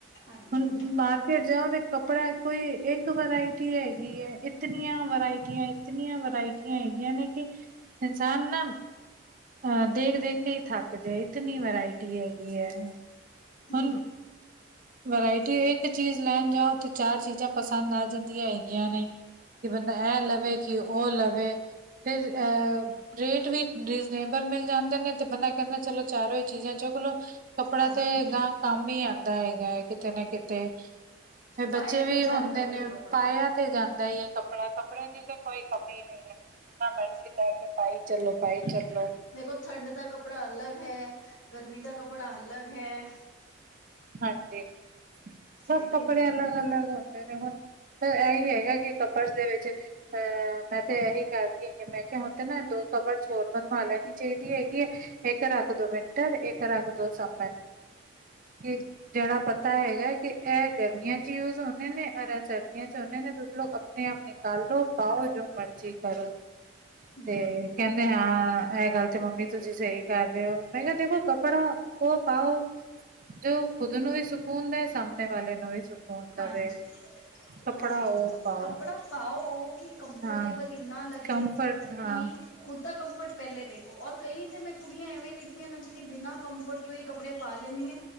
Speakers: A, on the left; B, on the right.
A: ਹਾਂਜੀ
B: ਹੁਣ ਮਾਰਕੀਟ ਜਾਓ ਤੇ ਕੱਪੜਾ ਕੋਈ ਇੱਕ ਵਰਾਇਟੀ ਹੈਗੀ ਹੈ ਇਤਨੀਆਂ ਵਰਾਇਟੀਆਂ ਇਤਨੀਆਂ ਵਰਾਇਟੀਆ ਹੈਗੀਆਂ ਨੇ ਕਿ ਇਨਸਾਨ ਨਾ ਅਹ ਦੇਖ ਦੇਖ ਕੇ ਹੀ ਥੱਕ ਇਤਨੀ ਵਰਾਇਟੀ ਹੈਗੀ ਹੈ
A: ਹਮ
B: ਹੁਣ ਵਰਾਇਟੀ ਇੱਕ ਚੀਜ਼ ਲੈਣ ਜਾਓ ਤੇ ਚਾਰ ਚੀਜ਼ਾਂ ਪਸੰਦ ਆ ਜਾਂਦੀਆਂ ਹੈਗੀਆਂ ਨੇ ਕਿ ਬੰਦਾ ਐ ਲਵੇ ਕਿ ਉਹ ਲਵੇ ਫਿਰ ਅ ਰੇਟ ਵੀ ਰੀਜ਼ਨੇਬਲ ਮਿਲ ਜਾਂਦੇ ਨੇ ਤੇ ਬੰਦਾ ਕਹਿੰਦਾ ਚਲੋ ਚਾਰੋਂ ਹੀ ਚੀਜ਼ਾਂ ਚੁੱਕ ਲੋ ਕੱਪੜਾ
A: ਹਾਂਜੀ
B: ਤੇ ਗਾ ਕੰਮ ਹੀ ਆਉਂਦਾ ਹੈ ਕਿਤੇ ਨਾ ਕਿਤੇ
A: ਪਾਇਆ
B: ਬੱਚੇ ਵੀ
A: ਤੇ ਜਾਂਦਾ
B: ਹੁੰਦੇ
A: ਹੀ
B: ਨੇ
A: ਹੈ ਕੱਪੜਾ
B: ਪਾਇਆ ਥੇ ਜਾਂਦਾ ਈ ਏ ਕੱਪੜਾ ਕੱਪੜੇ ਦੀ ਤਾਂ ਕੋਈ ਕਮੀ ਨਈ ਏ। ਜਿਨਾ ਮਰਜ਼ੀ ਲੈ ਕੇ ਪਾਈ ਚੱਲੋ ਪਾਈ ਚੱਲੋ
A: ਦੇਖੋ ਠੰਡ ਦਾ ਕੱਪੜਾ ਅਲੱਗ ਹੈ ਗਰਮੀ ਦਾ ਕੱਪੜਾ ਅਲੱਗ ਹੈ।
B: ਹਾਂਜੀ ਸਭ
A: ਹੈ ਕਿ
B: ਕੱਪੜੇ
A: ਨਹੀਂ
B: ਅਲੱਗ ਅਲੱਗ ਹੁੰਦੇ ਨੇ ਹੁਣ ਅ ਇਹੀ ਹੈਗਾ ਕਿ ਕੱਪਡਸ ਦੇ ਵਿੱਚ ਅ ਮੈਂ ਤੇ ਇਹੀ ਕਰਦੀ ਹੈਗੀ ਮੈਂ ਕਿਹਾ ਹੁਣ ਤੇ ਨਾ ਦੋ ਕਬਡਸ ਹੋਰ ਬਣਵਾ ਲੈਣੀ ਚਾਹੀਦੀ ਹੈਗੀ ਏ। ਇੱਕ ਰਖ ਦੋ ਵਿੰਟਰ ਇੱਕ ਰਖ ਦੋ ਸਮਮਰ ਜਿਹੜਾ ਪ ਪਤਾ ਹੈਗਾ ਕਿ ਇਹ ਗਰਮੀਆਂ ਚ ਯੂਜ ਹੁੰਦੇ ਨੇ ਔਰ ਇਹ ਸਰਦੀਆਂ ਚ ਹੁੰਦੇ ਨੇ ਤੁਸੀਂ ਲੋਕ ਆਪਣੇ ਆਪਣੇ ਕਲ ਨੂੰ ਪਾਓ ਜੋ ਮਰਜ਼ੀ ਕਰੋ
A: ਹਮ
B: ਤੇ ਕਹਿੰਦੇ ਹਾਂ ਇਹ ਗੱਲ ਤੇ ਮੰਮੀ ਤੁਸੀਂ ਸਹੀ ਕਰ ਰਹੇ ਹੋ ਮੈਂ ਕਿਹਾ ਦੇਖੋ ਕੱਪੜਾ ਉਹ ਪਾਓ ਜੋ ਖੁਦ ਨੂੰ ਵੀ ਸਕੂਨ ਦਏ ਸਾਹਮਣੇ ਵਾਲੇ ਨੂੰ ਵੀ ਸੁੂ ਕੁਨ ਦਵੇ
A: ਹਾਂਜੀ
B: ਕੱਪੜਾ
A: ਨਾਲੇ
B: ਉਹ ਪਾਓ
A: ਕੱਪੜਾ ਪਾਓ ਉਹ ਕਿ ਕੰਫਰਟੇਬਲ
B: ਹਾਂ
A: ਇੰਨਾ ਲੱਗੇ
B: ਕੰਫਰਟ ਹਾਂ
A: ਕਿ ਖੁਦ ਦਾ ਕੰਫਰਟ ਪਹਿਲੇ ਦੇਖੋ ਔਰ ਕਈ ਤੇ ਮੈਂ ਕੁੜੀਆਂ ਐਵੇਂ ਦੇਖੀਆਂ ਨਾ ਜਿਹੜੀ ਬਿਨਾਂ ਕੰਫਰਟ ਤੂਹੀ ਕੱਪੜੇ ਪਾ ਲੈਂਦੀ ਆ